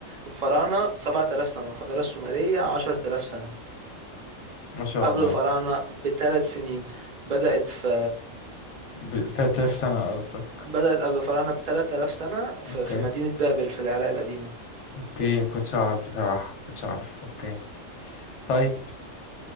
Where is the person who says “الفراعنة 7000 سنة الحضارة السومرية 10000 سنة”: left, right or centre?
Right